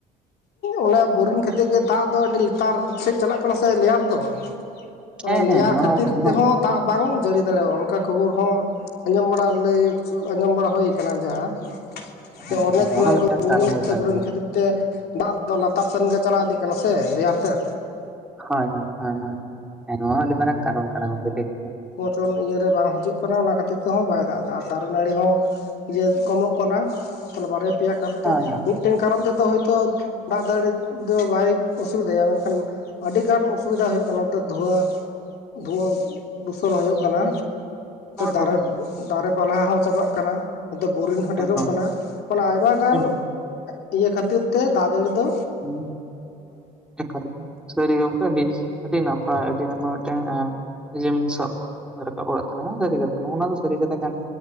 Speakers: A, on the left (about 70°); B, in the centre.
A: ᱚᱱᱟ ᱵᱳᱨᱤᱝ ᱠᱷᱟᱹᱛᱤᱨ ᱜᱮ ᱫᱟᱜ ᱫᱚ ᱟᱹᱰᱤ ᱞᱟᱛᱟᱨ ᱥᱮᱫ ᱪᱟᱞᱟᱜ ᱠᱟᱱᱟ ᱥᱮ ᱞᱮᱭᱟᱨ ᱫᱚ ᱚᱱᱟ
B: ᱦᱮᱸ
A: ᱞᱮᱭᱟᱨ
B: ᱦᱮᱸ ᱱᱚᱣᱟ
A: ᱠᱷᱟᱹᱛᱤᱨ
B: ᱱᱚᱣᱟ
A: ᱛᱮ ᱦᱚᱸ ᱫᱟᱜ ᱵᱟᱝ ᱡᱟᱹᱲᱤ ᱫᱟᱲᱮᱭᱟᱜᱼᱟ ᱚᱱᱠᱟ ᱠᱷᱚᱵᱚᱨ ᱦᱚᱸᱼᱼ ᱟᱸᱡᱚᱢ ᱵᱟᱲᱟ ᱞᱟ. ᱭ ᱟᱸᱡᱚᱢ ᱵᱟᱲᱟ ᱦᱩᱭ ᱠᱟᱱᱟ ᱡᱟᱦᱟᱸᱼᱼ
B: ᱦᱚᱸ
A: <unintelligible>
B: ᱦᱮᱸ ᱦᱮᱸ ᱱᱚᱣᱟ ᱦᱚᱸ ᱢᱤᱫᱴᱟᱝ ᱠᱟᱨᱚᱱ ᱫᱚ ᱠᱟᱱ
A: ᱵᱚᱨᱤᱱ
B: ᱜᱮᱭᱟ
A: ᱠᱷᱟᱹᱛᱤᱨ ᱛᱮ ᱫᱟᱜ ᱫᱚ ᱞᱟᱛᱟᱨ ᱥᱮᱱ ᱜᱮ ᱪᱟᱞᱟᱣ ᱤᱫᱤᱜ ᱠᱟᱱᱟ ᱥᱮ ᱞᱮᱭᱟᱨ ᱛᱮᱫ
B: ᱦᱳᱭ ᱦᱳᱭ ᱦᱳᱭ ᱦᱳᱭ ᱱᱚᱣᱟ ᱦᱚᱸ ᱟᱹᱰᱤ ᱢᱟᱨᱟᱝ ᱠᱟᱨᱚᱱ ᱠᱟᱱᱟ ᱜᱚᱢᱠᱮ ᱴᱷᱤᱠᱼᱼ
A: <unintelligible> ᱤᱭᱟ ᱨᱮ ᱵᱟᱝ ᱦᱤᱡᱩᱜ ᱠᱟᱱᱟ ᱚᱱᱟ ᱠᱷᱟᱹᱛᱤᱨ ᱛᱮ ᱦᱚᱸ ᱵᱟᱭ ᱫᱟᱜ ᱮᱫᱟ ᱟᱨ ᱫᱟᱨᱮ ᱱᱟᱹᱲᱤ ᱦᱚᱸ ᱡᱮ ᱠᱚᱢᱚᱜ ᱠᱟᱱᱟ ᱛᱟᱦᱞᱮ ᱵᱟᱨᱭᱟ ᱯᱮᱭᱟ ᱠᱟᱨᱚᱱ
B: ᱦᱳᱭ
A: ᱛᱮ ᱢᱤᱫᱼᱼ ᱢᱤᱫᱴᱮᱱ ᱠᱟᱨᱚᱱ ᱛᱮᱫᱚ ᱦᱚᱭ ᱛᱚ ᱫᱟᱜ ᱡᱟᱹᱲᱤ ᱫᱚ ᱵᱟᱭ ᱚᱥᱩᱵᱤᱫᱟᱭᱟ ᱢᱮᱱ ᱠᱷᱟᱱᱼᱼ ᱟᱹᱰᱤ ᱜᱟᱱ ᱚᱥᱩᱵᱤᱫᱟ ᱦᱩᱭᱩᱜ ᱠᱟᱱᱟ ᱱᱚᱛᱮ ᱫᱷᱩᱣᱟᱹ ᱫᱷᱩᱣᱟᱹ ᱫᱩᱥᱚᱱ ᱦᱩᱭᱩᱜ ᱠᱟᱱᱟ
B: ᱦᱳᱭ
A: ᱫᱟᱨᱮᱼᱼ
B: ᱦᱳᱭ ᱦᱳᱭ
A: ᱫᱟᱨᱮ ᱯᱟᱞᱦᱟ ᱦᱚᱸ ᱪᱟᱵᱟᱜ ᱠᱟᱱᱟ ᱱᱚᱛᱮ ᱵᱳᱨᱤᱝ ᱦᱚᱸ ᱰᱷᱮᱨᱚᱜ
B: ᱮᱠᱫᱚᱢ
A: ᱠᱟᱱᱟ ᱢᱟᱱᱮ ᱟᱭᱢᱟ ᱜᱟᱱᱼᱼ
B: ᱦᱩᱸ ᱦᱩᱸ
A: ᱤᱭᱟᱹ ᱠᱷᱟᱹᱛᱤᱨ ᱛᱮ ᱫᱟᱜ ᱫᱟᱹᱲᱤ ᱫᱚᱼᱼ
B: <inaudible> ᱥᱟᱹᱨᱤ ᱜᱚᱢᱠᱮ ᱟᱹᱰᱤ ᱟᱹᱰᱤ ᱱᱟᱯᱟᱭ ᱟᱹᱰᱤ ᱱᱟᱯᱟᱭ ᱢᱤᱫᱴᱟᱝ ᱤᱭᱟ. ᱢ ᱥᱟᱵ ᱨᱟᱠᱟᱵ ᱠᱟᱜ ᱛᱟᱞᱟᱝᱼᱟ ᱥᱟᱹᱨᱤ ᱠᱟᱛᱷᱟ ᱱᱚᱜᱼ ᱱᱚᱣᱟ ᱫᱚ ᱥᱟᱹᱨᱤ ᱠᱟᱛᱷᱟ ᱠᱟᱱ